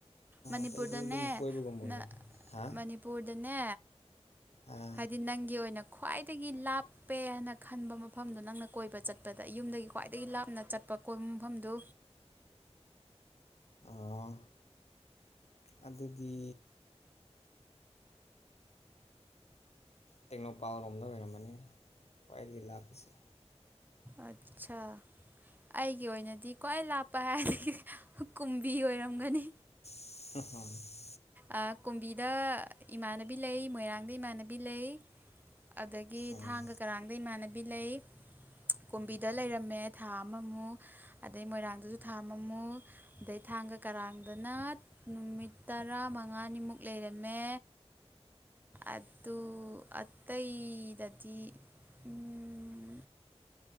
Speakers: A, on the right (about 15°); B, on the left (about 70°).
A: ꯃꯅꯤꯄꯨꯔꯗꯅꯦ
B: ꯑꯇꯩꯗꯤ ꯑꯗꯨꯝ ꯀꯣꯏꯕꯒꯨꯝꯕ ꯑꯣꯏꯅ
A: ꯑꯥ
B: ꯍꯥ
A: ꯃꯅꯤꯄꯨꯔꯗꯅꯦ
B: ꯑꯥ
A: ꯍꯥꯏꯗꯤ ꯅꯪꯒꯤ ꯑꯣꯏꯅ ꯈ꯭ꯋꯥꯏꯗꯒꯤ ꯂꯥꯞ ꯄꯦ ꯍꯥꯏꯅ ꯈꯟꯕ ꯃꯐꯝꯗꯨꯣ ꯅꯪꯅ ꯀꯣꯏꯕ ꯆꯠꯄꯗ ꯌꯨꯝꯗꯒꯤ ꯈ꯭ꯋꯥꯏꯗꯒꯤ ꯂꯥꯞꯅ ꯆꯠꯄ ꯀꯣꯏꯕ ꯃꯐꯝꯗꯨ
B: ꯑꯥ ꯑꯗꯨꯗꯤ ꯇꯦꯡꯅꯧꯄꯜ ꯔꯣꯝꯗ ꯑꯣꯏꯔꯝꯃꯅꯤ ꯈ꯭ꯋꯥꯏꯗꯒꯤ ꯂꯥꯞꯄꯁꯦ
A: ꯑꯠꯁꯥ ꯑꯩꯒꯤ ꯑꯣꯏꯅꯗꯤ ꯈ꯭ꯋꯥꯏ ꯂꯥꯞꯄ ꯍꯥꯏꯔꯗꯤ ꯀꯨꯝꯕꯤ ꯑꯣꯏꯔꯝꯒꯅꯤ
B: <unintelligible>
A: ꯑꯥ ꯀꯨꯝꯕꯤꯗ ꯏꯃꯥꯟꯅꯕꯤ ꯂꯩ ꯃꯣꯏꯔꯥꯡꯗ ꯏꯃꯥꯟꯅꯕꯤ ꯂꯩ ꯑꯗꯒꯤ
B: ꯎꯝ
A: ꯊꯥꯡꯒ ꯀꯔꯥꯡꯗ ꯏꯃꯥꯟꯅꯕꯤ ꯂꯩ ꯀꯣꯝꯕꯤꯗ ꯂꯩꯔꯝꯃꯦ ꯊꯥ ꯑꯃꯃꯨꯛ ꯑꯗꯩ ꯃꯣꯏꯔꯥꯡꯗꯁꯨ ꯊꯥ ꯑꯃꯃꯨꯛ ꯑꯗꯩ ꯊꯥꯡꯒ ꯀꯔꯥꯡꯗꯅ ꯅꯨꯃꯤꯠ ꯇꯔꯥꯃꯉꯥꯅꯤꯃꯨꯛ ꯂꯩꯔꯝꯃꯦ ꯑꯗꯨ ꯑꯠꯇꯩꯗꯗꯤ ꯎꯝ